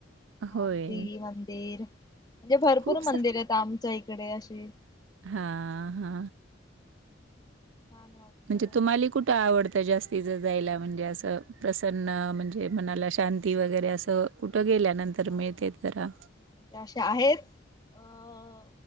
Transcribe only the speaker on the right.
होय.
खूप
हा हा.
म्हणजे तुम्हाला कुठे आवडत. तर जास्तीच जायला म्हणजे असं प्रसन्न म्हणजे मनाला शांती वगैरे असं. ट गेल्यानंतर
मिळते जरा